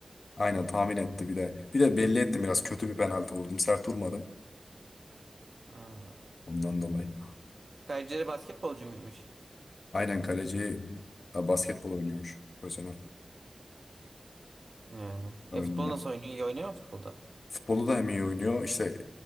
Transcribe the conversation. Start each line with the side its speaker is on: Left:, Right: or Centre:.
Left: Aynen tahmin etti bir de. Bir de belli ettim biraz kötü bir penaltı vurdum. Sert vurmadım
Right: Hmm.
Left: ondan dolayı.
Right: Kayseri basketbolcu muymuş?
Left: Aynen kaleci ha, basketbol oynuyormuş. Özener.
Right: Ya.
Left: Öyle.
Right: E futbol nasıl oynuyor? İyi oynuyor mu futbolda?
Left: Futbolu da hem iyi oynuyor. İşte